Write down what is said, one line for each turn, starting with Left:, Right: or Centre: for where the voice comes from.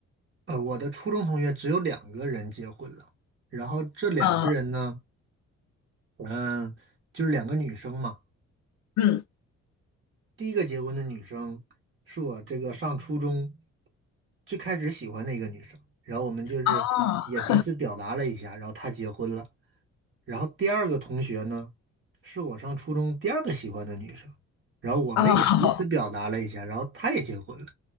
Right: 呃我的初中同学只有两个人结婚了，然后这两个人呢。
Left: 嗯
Right: 嗯，就是两个女生嘛。
Left: 嗯，
Right: 第一个结婚的女生是我这个上初中最开始喜欢的一个女生，然后我们就是也彼此表达了一下，
Left: 哦
Right: 然后她结婚了。然后第二个同学呢，是我上初中第二个喜欢的女生，然后我们也彼此表达了一下，
Left: 哦
Right: 然后她也结婚了。